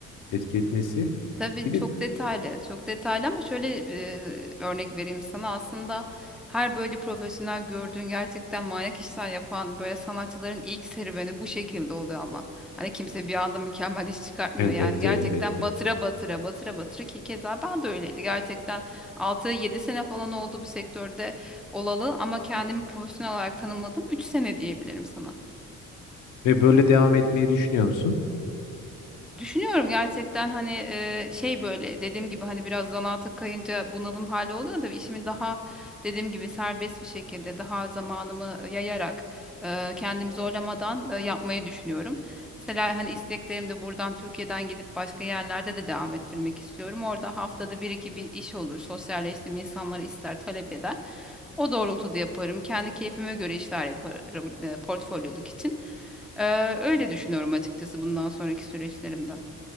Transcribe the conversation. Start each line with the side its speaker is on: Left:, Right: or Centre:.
Left: etki etmesi.
Centre: Tabii
Left: Bir
Centre: çok
Left: de
Centre: detaylı, çok detaylı ama şöyle e, örnek vereyim sana. Aslında her böyle profesyonel gördüğün gerçekten manyak işler yapan böyle sanatçıların ilk serüveni bu şekilde oluyor ama. Hani kimse bir anda mükemmel iş çıkartmıyor.
Left: elbette
Centre: Yani gerçekten
Left: elbette.
Centre: batıra batıra, batıra batıra ki keza ben de öyleydi. Gerçekten altı yedi sene falan oldu bu sektörde olalı ama kendimi profesyonel olarak tanımladım. üç sene diyebilirim sana.
Left: Ve böyle devam etmeyi düşünüyor musun?
Centre: Düşünüyorum gerçekten hani e, şey böyle dediğim gibi hani biraz zanaata kayınca bunalım hali oluyor da işimi daha dediğim gibi serbest bir şekilde daha zamanımı yayarak e, kendimi zorlamadan e, yapmayı düşünüyorum. Mesela hani isteklerim de buradan Türkiye'den gidip başka yerlerde de devam ettirmek istiyorum. Orada haftada bir iki bir iş olur. Sosyalleştiğim insanlar ister, talep eder. O doğrultuda yaparım. Kendi keyfime göre işler yaparım e, portfolyoluk için. Ee, öyle düşünüyorum açıkçası bundan sonraki süreçlerimde.